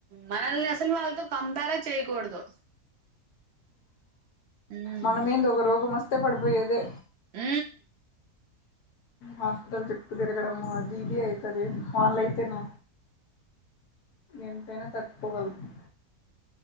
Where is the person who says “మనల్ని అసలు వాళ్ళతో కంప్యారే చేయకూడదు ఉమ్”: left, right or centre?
Right